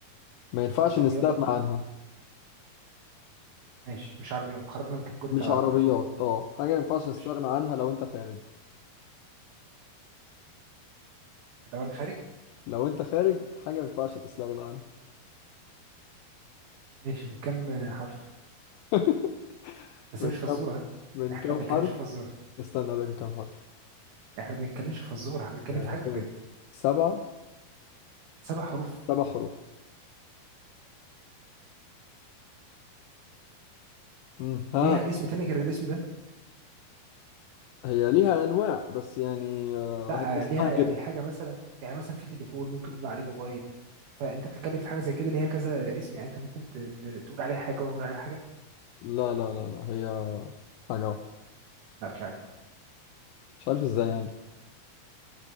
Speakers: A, on the left; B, on the right.
A: ما ينفعش
B: عربيات
A: نستغنى
B: برضو
A: عنها
B: ماشي مش عربيات خرجنا من الكاتيجوري
A: مش
B: بتاع العربيات
A: عربيات اه حاجة ما ينفعش نستغنى
B: ماشي
A: عنها لو انت خارج
B: لو انا خارج
A: لو انت خارج حاجة ما ينفعش تستغنى عنها
B: ماشي من كام آه، حرف
A: <laughs>
B: بس
A: من
B: مش
A: كام
B: فزوره ها؟
A: من
B: احنا
A: كام
B: ما بنتكلمش
A: حرف
B: في فزوره
A: استنى اقول لك كام حرف
B: احنا ما بنتكلمش في فزوره احنا بنتكلم
A: آه،
B: في حاجه بجد
A: هي سبعة
B: سبع حروف
A: سبع حروف مم. ها
B: ليها اسم تاني غير الاسم ده
A: هي ليها أنواع بس يعني آه،
B: لا
A: هي اسمها
B: آه، ليها يعني
A: كده
B: حاجه مثلا يعني مثلا في تليفون ممكن نقول عليه موبايل فانت بتتكلم في حاجه زي كده ليها كذا اسم يعني انت ممكن ت- ت- تقول عليها حاجه وانا اقول عليها حاجه
A: لا لا لا لا هي حاجة واحدة
B: لا مش عارف
A: مش عارف ازاي يعني